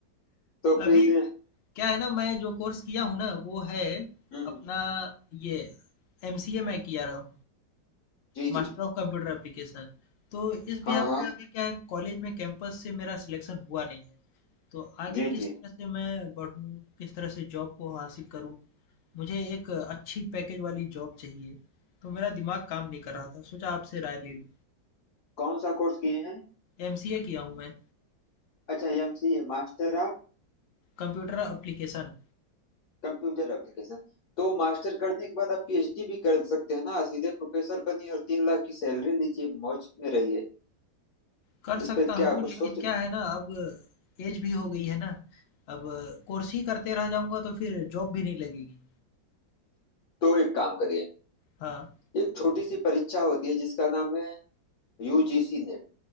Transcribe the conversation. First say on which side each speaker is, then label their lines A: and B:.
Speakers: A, on the left; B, on the left.
A: तो फिर
B: अभी क्या, क्या है ना मैं जो कोर्स किया हूँ ना वो है
A: हम्म
B: अपना ये एमसीए मैं किया रहा
A: जी
B: मास्टर
A: जी जी
B: ऑफ कंप्यूटर एप्लीकेशन तो इस बिहाफ
A: हाँ हाँ
B: पे अभी क्या है कॉलेज में कैंपस से मेरा सिलेक्शन हुआ नहीं है तो आगे
A: जी
B: किस
A: जी
B: तरह से मैं बढ़ूँ किस तरह से जॉब को हासिल करूँ मुझे एक अच्छी पैकेज वाली जॉब चाहिए तो मेरा दिमाग काम नहीं कर रहा था सोचा आपसे राय ले लूँ
A: कौन सा कोर्स किए हैं
B: एमसीए किया हूँ मैं
A: अच्छा एमसीए master of
B: कंप्यूटर एप्लीकेशन
A: computer application तो मास्टर करने के बाद आप पीएचडी भी कर सकते हैं ना सीधे प्रोफेसर बनिए और तीन लाख की सैलरी लीजिए मौज में रहिए
B: कर
A: इस
B: सकता
A: पे क्या
B: हूँ
A: कुछ
B: लेकिन
A: सोच रही
B: क्या है ना अब एज भी हो गई है ना अब कोर्स ही करते रह जाऊँगा तो फिर जॉब भी नहीं लगेगी
A: तो एक काम करिए
B: हाँ
A: एक छोटी सी परीक्षा होती है जिसका नाम है यूजीसी नेट